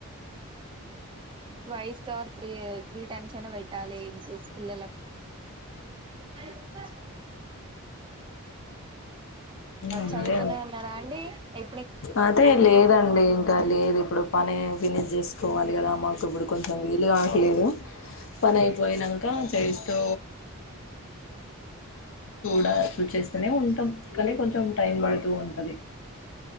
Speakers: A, on the right; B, on the left.
A: టై స్టాస్ర్ త్రీ త్రీ టైమ్స్ అయినా పెట్టాలి ఇంక పిల్లలకు ఆ
B: అంతే
A: చదువుతూనే ఉన్నారా అండి ఎగ్
B: అదే లేదండి ఇంకా లేదు ఇప్పుడు పని విని జేసి పోవాలి కదా మాకు ఇప్పుడు కొం త్త వీలుగా లేదా పని అయిపోయినాక చేస్తూ చూడ చూచేస్తేనే ఉంటాం కానీ కొంచెం టైం పడుతూ ఉంటది